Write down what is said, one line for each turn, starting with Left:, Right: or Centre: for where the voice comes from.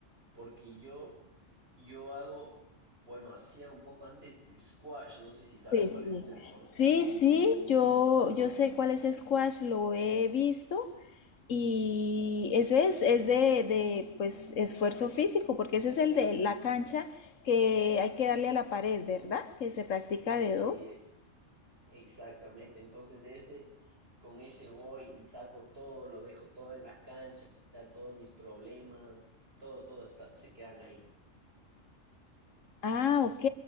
Right: porque yo, yo hago, bueno, hacía un poco antes squash, no sé si sabes
Left: Sí,
Right: cuál
Left: sí.
Right: es ese deporte.
Left: Sí, sí, yo, yo sé cuál es Squash, lo he visto y ese es, es de, de, pues, esfuerzo físico, porque ese es el de la cancha que hay que darle a la pared, ¿verdad? Que se practica de
Right: Sí,
Left: dos.
Right: Exactamente, entonces de ese, con ese voy y saco todo, lo dejo todo en la cancha, todos mis problemas, todo, todo está, se quedan ahí.
Left: Ah, ok.